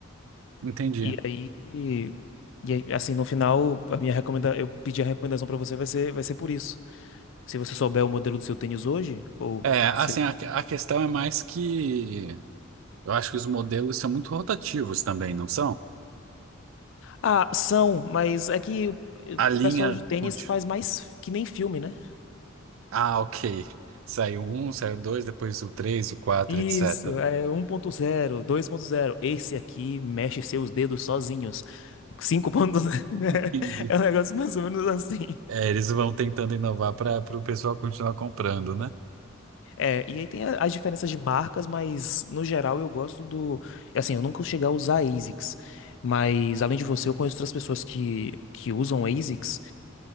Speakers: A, on the right; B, on the left.
A: Entendi.
B: E aí, e aí, assim, no final, a minha recomenda, eu pedir a recomendação pra você vai ser, vai ser por isso. Se você souber o modelo do seu tênis hoje, ou
A: É, assim,
B: sei.
A: a, a questão é mais que Eu acho que os modelos são muito rotativos também, não são?
B: Ah, são, mas é que o o
A: A linha.
B: pessoal de tênis
A: conti-
B: faz mais f- que nem filme, né?
A: Ah, ok. Saiu um, saiu dois, depois o três, o quatro,
B: Isso,
A: etc.
B: é um ponto zero dois ponto zero Esse aqui mexe seus dedos sozinhos. 5.0.
A: Entendi.
B: <laughs> É um negócio mais ou menos assim.
A: É, eles vão tentando inovar para o pessoal continuar comprando, né?
B: É, e aí tem a- as diferenças de marcas, mas no geral eu gosto do. Assim, eu nunca cheguei a usar ASICS, mas além de você, eu conheço outras pessoas que, que usam ASICS